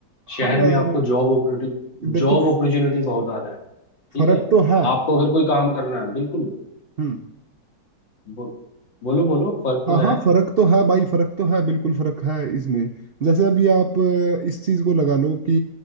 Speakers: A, on the left (about 85°); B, on the right (about 60°).
A: शहर
B: हाँ यार
A: में आपको जॉब अपॉर्चुनिटी
B: देखो
A: जॉब अपॉर्चुनिटी बहुत ज्यादा है ठीक
B: फर्क
A: है
B: तो है
A: आपको अगर कोई काम करना है बिल्कुल
B: हम्म
A: बो, बोलो बोलो फर्क
B: हाँ
A: तो
B: हाँ
A: है
B: फर्क तो है भाई फर्क तो है बिल्कुल फर्क है इसमें जैसे अभी आप अ, इस चीज को लगा लो कि